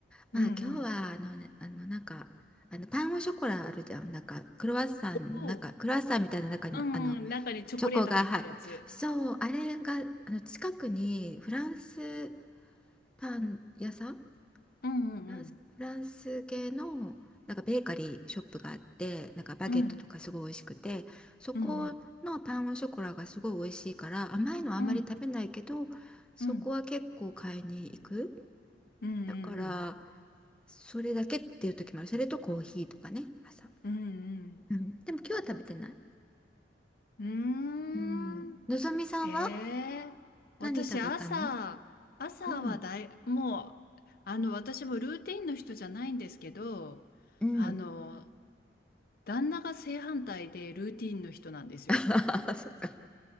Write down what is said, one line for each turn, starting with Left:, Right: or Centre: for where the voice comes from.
Centre: まあ今日はあの、
Left: うんうん
Centre: ね、あのなんかあのパンオショコラあるじゃんなんかクロワッサンの中クロワッサンみたいな中にあの
Left: おーんー中にチョコレート入ってるやつ
Centre: チョコが、はい。そう、あれが、あの、近くにフランスパン屋さん、フ
Left: うんうん
Centre: ランス、フランス系の、なんかベーカリーショップがあって、なんかバゲットとかすごい美味しくて、
Left: うん
Centre: そこのパンオショコラがすごい美味しいから、
Left: うん
Centre: 甘いのはあんまり食べないけど、
Left: うんうん
Centre: そこは結構買いに行く。
Left: うんうん
Centre: だから、
Left: うん
Centre: それだけっていう時もある。それとコーヒーとかね、朝。
Left: うんうん
Centre: うん。でも今日は食べてない。
Left: うんうーん
Centre: うん。のぞみさんは
Left: へえ、私朝、
Centre: 何食べたの
Left: 朝はだい、
Centre: うん。
Left: もう、あの、私もルーティンの人じゃないんですけど、
Centre: うん
Left: あの、旦那が正反対でルーティンの人なんですよ。
Centre: <laughs> ああ、そっか。